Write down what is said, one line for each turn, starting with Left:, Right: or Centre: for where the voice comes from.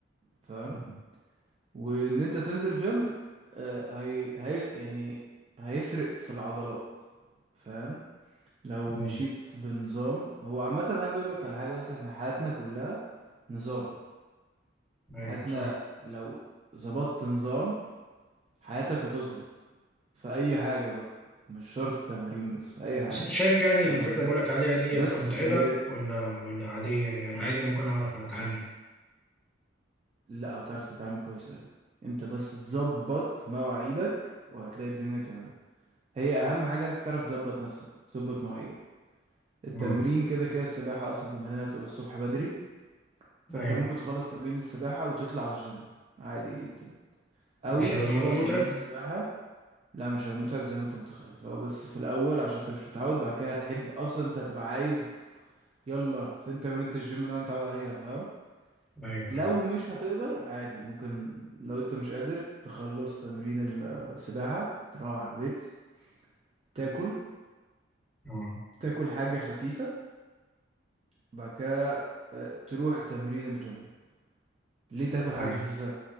Right: فاهم
Centre: مم.
Right: وان انت تنزل جيم آه، هي... هيف... يعني هيفرق في العضلات فاهم لو
Centre: اه
Right: مشيت بنظام هو عامة عايز اقول لك على حاجة بس احنا حياتنا كلها نظام
Centre: ايوه
Right: حياتنا
Centre: صح
Right: لو ظبطت نظام حياتك هتظبط في اي حاجة بقى مش شرط تمارين بس في اي حاجة
Centre: بس انت شايف يعني
Right: فاهم
Centre: الفكرة
Right: قصدي
Centre: بقولك عليها دي
Right: بس
Centre: هتبقى متعبة
Right: هي
Centre: ولا ولا عادية يعني عادي ممكن اعرف اتعامل
Right: لا هتعرف تتعامل كويس اوي انت بس تظبط مواعيدك وهتلاقي الدنيا تمام هي اهم حاجة انت تعرف تظبط نفسك وتظبط مواعيدك التمرين
Centre: اه
Right: كده كده السباحة اصلا تمارينها بتبقى الصبح بدري فانت
Centre: ايوه
Right: ممكن تخلص تمرين السباحة وتطلع على الجيم عادي جدا او
Centre: مش هيبقى
Right: تخلص
Centre: الموضوع متعب
Right: تمرين السباحة لا مش هيبقى متعب زي ما انت متخيل هو بس في الاول عشان انت مش متعود بعد كده هتحب اصلا انت هتبقى عايز يلا فين تمرينة الجيم اللي انا متعود عليها فاهم
Centre: ايوه
Right: لو
Centre: ايوه
Right: مش هتقدر عادي ممكن لو انت مش قادر تخلص تمرين ال- السباحة تروح على البيت تاكل
Centre: اه
Right: تاكل حاجة خفيفة بعد كده آه، تروح تمرين الجيم ليه تاكل حاجة
Centre: ايوه
Right: خفيفة